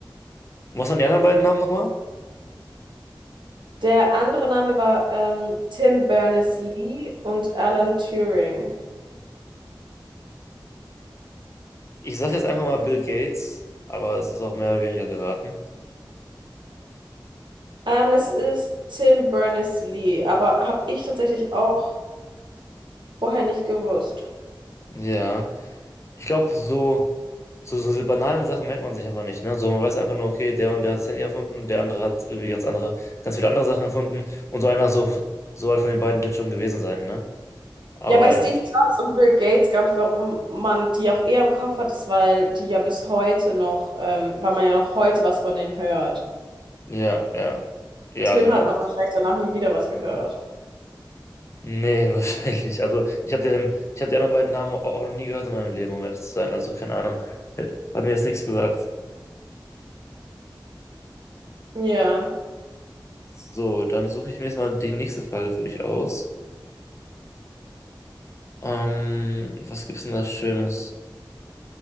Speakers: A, on the left (about 35°); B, on the right (about 70°).
A: Was waren die anderen beiden Namen nochmal?
B: Der andere Name war ähm, Tim Berners-Lee und Alan Turing.
A: Ich sage jetzt einfach mal Bill Gates, aber es ist auch mehr oder weniger geraten.
B: Ähm, es ist Tim Berners-Lee, aber habe ich tatsächlich auch vorher nicht gewusst.
A: Ja, ich glaube, so So, so diese banalen Sachen merkt man sich einfach nicht, ne? So, man weiß einfach nur, okay, der und der hat das Handy erfunden, der andere hat irgendwie ganz andere, ganz viele andere Sachen erfunden und so einer so, so halt von den beiden wird schon gewesen sein, ne? Aber
B: Ja, bei Steve Jobs und Bill Gates, glaube ich, warum man die auch eher im Kopf hat, ist, weil die ja bis heute noch, ähm, weil man ja noch heute was von denen hört.
A: ja, ja. Ja,
B: Als Film
A: genau.
B: hat man wahrscheinlich danach nie wieder was gehört.
A: Nee, <laughs> wahrscheinlich nicht. Also ich habe deren, ich habe die anderen beiden Namen au- auch noch nie gehört in meinem Leben, um ehrlich zu sein. Also keine Ahnung. Hat mir jetzt nichts gesagt.
B: Ja.
A: So, dann suche ich mir jetzt mal die nächste Frage für dich aus. Ähm, was gibt's denn da Schönes?